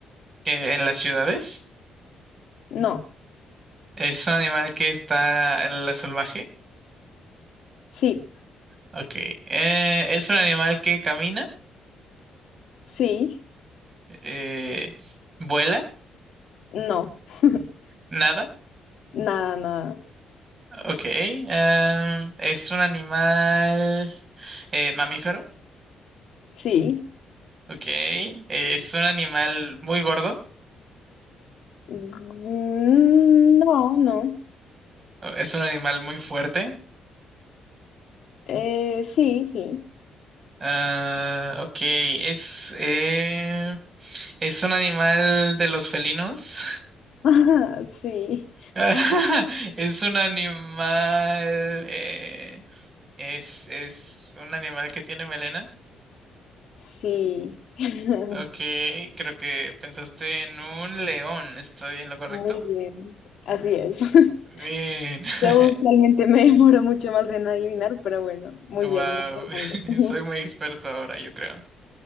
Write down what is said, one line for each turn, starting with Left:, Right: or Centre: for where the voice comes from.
Right: eh, en las ciudades.
Left: No.
Right: Es un animal que está en la salvaje.
Left: Sí,
Right: Ok. Eh, es un animal que camina,
Left: sí.
Right: eh, vuela,
Left: No. <laughs>
Right: nada.
Left: Nada, nada.
Right: Ok. Ah, es un animal eh, mamífero.
Left: Sí.
Right: Ok. Eh, es un animal muy gordo.
Left: Mm, No, no.
Right: Es un animal muy fuerte.
Left: Eh, sí, sí.
Right: Ah, ok. Es... eh, ¿Es un animal de los felinos?
Left: <laughs> Sí,
Right: <laughs> Es un animal... eh, es, es un animal que tiene melena.
Left: sí. <laughs>
Right: Ok, creo que pensaste en un león. ¿Estoy en lo correcto?
Left: Muy bien, así es. <laughs>
Right: Bien. <laughs>
Left: Yo usualmente me demoro mucho más en adivinar, pero bueno, muy
Right: Wow,
Left: bien, vas ganando.
Right: <laughs>
Left: <laughs>
Right: soy muy experto ahora, yo creo.